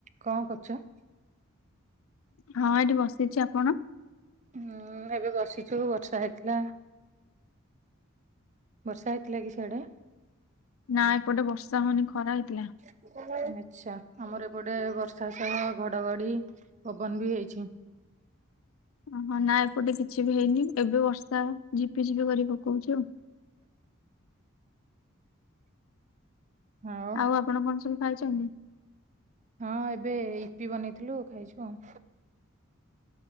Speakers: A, on the right; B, on the left.
A: କଣ କରୁଛ?
B: ହଁ ଏଠି ବସିଛି, ଆପଣ?
A: ହୁଁ ଏବେ ବସିଛୁ ବର୍ଷା ହେଇଥିଲା। ବର୍ଷା ହେଇଥିଲା କି ସିଆଡ଼େ?
B: ନାଁ ଏପଟେ ବର୍ଷା ହୋଉନି ଖରା ହେଇଥିଲା।
A: <unintelligible> ଆଚ୍ଛା, ଆମର ଏପଟେ ବର୍ଷା ସହ ଘଡ଼ଘଡ଼ି, ପବନ ବି ହେଇଛି।
B: ଓ ହଁ ନା ଏପଟେ କିଛି ବି ହେଇନି, ଏବେ ବର୍ଷା ଝିପି ଝିପି କରି ପକୋଉଛି ଆଉ।
A: ଆଉ
B: ଆଉ ଆପଣ କଣ ସବୁ ଖାଇଛନ୍ତି?
A: ହଁ ଏବେ ଇପି ବନେଇଥିଲୁ, ଖାଇଛୁ ଆଉ।